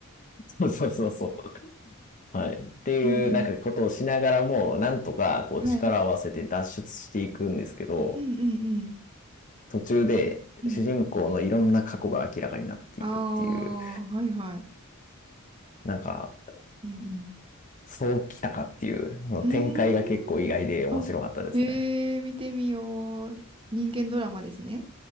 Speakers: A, on the left (about 35°); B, on the right (about 25°).
A: そうそうそうそう。はい。っていう、
B: うんうん。
A: なんかことをしながらも、なんとか、こう、
B: はい。
A: 力を合わせて脱出していくんですけど、
B: うんうんうん。
A: 途中で、
B: うん。
A: 主人公のいろんな過去が明らかになっていくっていう、
B: ああ、はいはい。
A: なんか、
B: うん
A: そうきたかっていう、の展開が結構意外で面白かったですね。
B: うん。うーん。あ、へえ、見てみよう。人間ドラマですね。